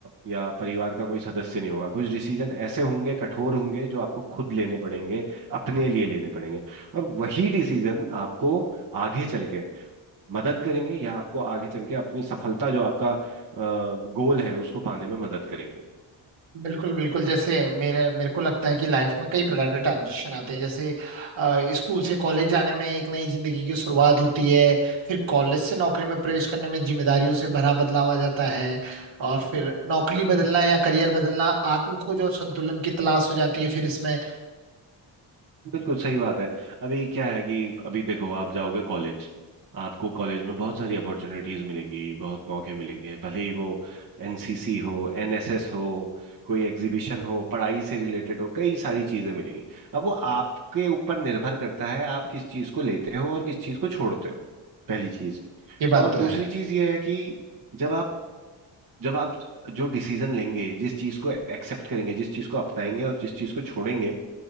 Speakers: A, on the right; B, on the right.
A: या परिवार का कोई सदस्य नहीं होगा कुछ डिसीजन ऐसे होंगे कठोर होंगे जो आपको खुद लेने पड़ेंगे अपने लिए लेने पड़ेंगे और वही डिसीजन आपको आगे चल के मदद करेंगे या आपको आगे चल के अपनी सफलता जो आपका गोल है उसको पाने में मदद करेंगे
B: बिल्कुल बिल्कुल जैसे मेरे मेरे को लगता है कि लाइफ में कई प्रकार के ट्रांजिशन आते हैं जैसे अ, स्कूल से कॉलेज जाने में एक नई जिंदगी की शुरुआत होती है फिर कॉलेज से नौकरी में प्रवेश करने में जिम्मेदारियों से भरा बदलाव आ जाता है और फिर नौकरी बदलना या करियर बदलना आत्म खोज और संतुलन की तलाश हो जाती है फिर इसमें
A: बिल्कुल सही बात है अभी क्या है कि अभी देखो आप जाओगे कॉलेज आपको कॉलेज में बहुत सारी अपॉर्चुनिटीज मिलेंगी बहुत मौके मिलेंगे भले ही वो एनसीसी हो एनएसएस हो कोई एग्जीबिशन हो पढ़ाई से रिलेटेड हो कई सारी चीजें मिलेंगी अब वो आपके ऊपर निर्भर करता है आप किस चीज को लेते हो और किस चीज को छोड़ते हो पहली चीज
B: ये बात
A: और
B: तो
A: दूसरी
B: है
A: चीज ये है कि जब आप जब आप जो डिसीजन लेंगे जिस चीज को एक्सेप्ट करेंगे जिस चीज को अपनाएंगे और जिस चीज को छोड़ेंगे